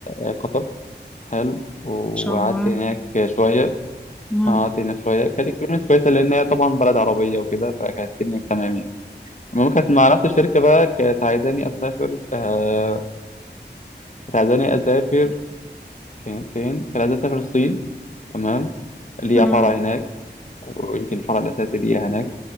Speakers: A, on the left; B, in the centre.
A: آه، قطر حلو وقعدت
B: شاء الله
A: هناك شوية
B: مم.
A: آه، قعدت هناك شوية كانت اكسبيرينس كويسة لأن هي طبعا بلد عربية وكده فكانت الدنيا تمام يعني المهم كانت مع نفس الشركة بقى كانت عايزاني أسافر آه، كانت عايزاني أسافر كانت فين؟ كانت عايزاني أسافر الصين تمام ليها
B: مم.
A: فرع هناك ويمكن الفرع الأساسي ليها هناك